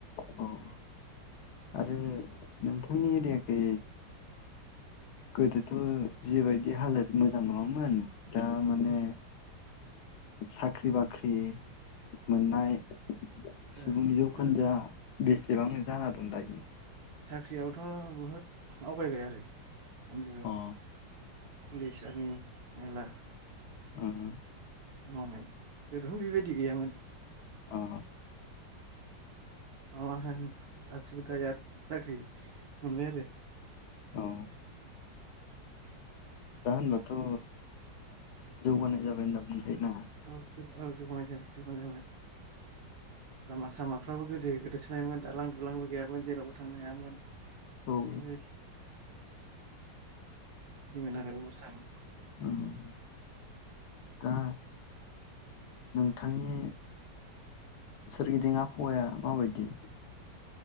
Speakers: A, on the left; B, on the right.
A: औ आरो नोंथांनि एरियाखै गोदोथ' जिबायदि हालोद मोजां नङामोन दा माने
B: उम
A: साख्रि बाख्रि मोननाय सुबुंनि
B: ओ
A: जौखोन्दोआ
B: ओ
A: बेसेबांनो जाना दं दायो?
B: ख्रियावथ' बुहुद आवगायबाय आरो दानि जुगाव
A: अ
B: पुलिस, आर्मि मेल्ला
A: उम
B: मावनाय, गोदोनो बेबायदि गैयामोन।
A: अ
B: माबा होन गासिबो दा इराद साख्रि मोनबाय आरो।
A: औ
B: <inaudible>
A: दा होनब्लाथ' जौगानाय जाबाय होनना बुंनो हायो ना?
B: औ अ औ जौगानाय जाबाय जौगानाय जाबाय। लामा सामाफ्राबो गोदो गोदोसोनायोमोन दालां दुलांबो गैयामोन जेरावबो थांनो हायामोन
A: औ
B: बेबायदि, बिदिमोन आरो अबस्थामोन।
A: उम दा नोंथांनि सोरगिदिं आबहावाया माबायदि?